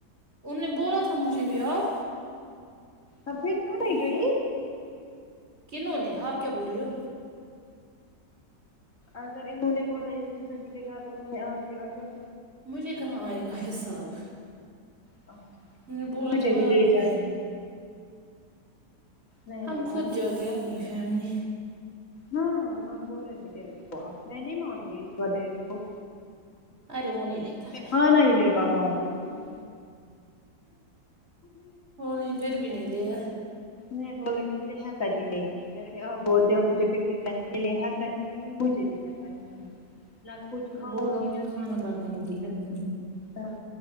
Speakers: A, on the right; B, on the left.
A: ان نے بولا تھا مجھے بھی آؤ
B: ہاں پھر کیوں نہیں
A: مجھے
B: گئی
A: کہ کنوں نے آپ کیا بول رہی ہو
B: اگر انہوں نے بولا یہ زندگی کے گھر والوں نے آپ بھی آ جب
A: مجھے کہاں آئے گا حساب
B: اچھا
A: میں نے بولا
B: مجھے
A: تھا
B: لے
A: آپ بھی
B: جاتی میں
A: ہم
B: بھی
A: خود
B: آتی
A: جاتے اپنی فیملی
B: ہاں ہم بولیں گے ڈیڈی کو اب میں نہیں مانوں گی اس بار ڈیڈی کو
A: ارے وہ نہیں لیتا ہے
B: کھانا ہی نہیں پکاؤں گی دو دن
A: وہ نہیں پھر بھی نہیں لیا
B: نہیں بولو کہ مجھے حیکت ہی نہیں ہے جیسے آ بولتے ہو مجھے پکنک جانے کے لیے حیکت ہی نہیں نہیں ہے مجھے بھی نہیں حیکت نہیں ہے نہ کچھ کھاؤں
A: بولا
B: گی
A: مجھے
B: نہ
A: کھانا
B: پیوں
A: پکانے کی ہے قسم ہے
B: ہاں